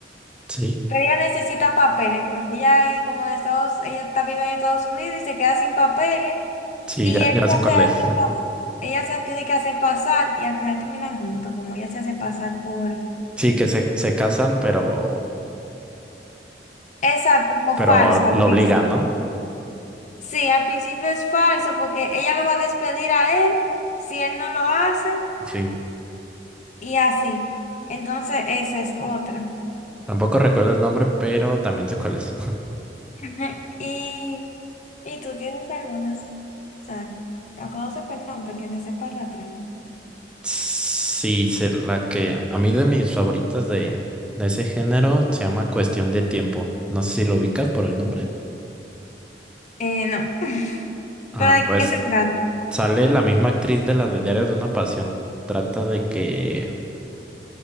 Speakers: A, in the centre; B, on the left (about 40°).
A: sí.
B: pero ella necesita papeles porque ella es como de Estados, ella está vive en Estados Unidos y se queda sin papeles
A: Sí,
B: y
A: ya,
B: él
A: ya sé cuál
B: se hace
A: es.
B: pasar, ella se tiene que hacer pasar y al final terminan juntos, como ella se hace pasar por
A: Sí, que se, se casan, pero, o
B: exacto, como
A: pero
B: falso
A: lo
B: al principio.
A: obligan, ¿no?
B: Sí, al principio es falso porque ella lo va a despedir a él si él no lo hace
A: Sí.
B: y así. Entonces, esa es otra.
A: Tampoco recuerdo el nombre, pero también sé cuál es.
B: Ajá, Y, y tú tienes algunas. O sea, aunque no sepa el nombre, que se sepa la trama.
A: Sí, se- la que a mí de mis favoritas de, de ese género se llama Cuestión de Tiempo. No sé si lo ubicas por el nombre.
B: Eh, no. <laughs>
A: Ah,
B: ¿Pero de
A: pues
B: qué se trata?
A: sale la misma actriz de la de Diario de una Pasión. Trata de que,